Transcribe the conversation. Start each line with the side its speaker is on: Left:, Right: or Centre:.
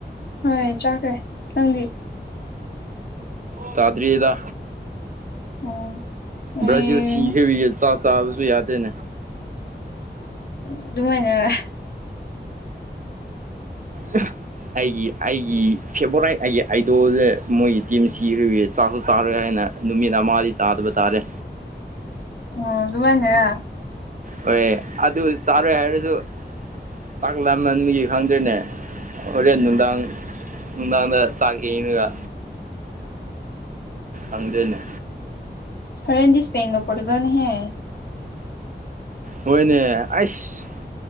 Left: ꯍꯣꯏ ꯆꯥꯈ꯭ꯔꯦ ꯅꯪꯒꯤ
Right: ꯆꯥꯗꯔꯤꯗ
Left: ꯑꯣ ꯑꯩ
Right: ꯕ꯭ꯔꯥꯖꯤꯜ ꯁꯤꯈꯤꯕꯒ ꯆꯥꯛ ꯆꯥꯕꯁꯨ ꯌꯥꯗꯦꯅꯦ
Left: ꯑꯗꯨꯃꯥꯏꯅꯔ
Right: ꯎ ꯑꯩꯒꯤ ꯑꯩꯒꯤ ꯐꯦꯚꯣꯔꯥꯏꯠ ꯑꯩꯒꯤ ꯑꯥꯏꯗꯣꯁꯦ ꯃꯣꯏꯒꯤ ꯇꯤꯝ ꯁꯤꯒꯤ ꯆꯥꯔꯜ ꯆꯥꯔꯣꯏ ꯍꯥꯏꯅ ꯅꯨꯃꯤꯠ ꯑꯃꯗꯤꯗꯤ ꯆꯥꯗꯕ ꯇꯥꯔꯦ
Left: ꯑꯣ ꯑꯗꯨꯃꯥꯏꯅꯦꯔ
Right: ꯍꯣꯏ ꯑꯗꯨ ꯆꯥꯔꯣꯏ ꯍꯥꯏꯔꯁꯨ ꯆꯥꯛ ꯂꯃꯟꯒꯤ ꯈꯪꯗꯦꯅꯦ ꯑꯣꯔ ꯗꯥꯥꯡ ꯗꯥꯥꯡꯗ ꯆꯥꯛ ꯌꯦꯅꯒ ꯑꯪꯗꯅꯦ
Left: ꯍꯔꯦꯟ ꯏꯁꯄꯦꯟ ꯀ ꯄꯣꯣꯔꯇꯨꯒꯜ ꯍ
Right: ꯍꯣꯏꯅꯦ ꯑꯁ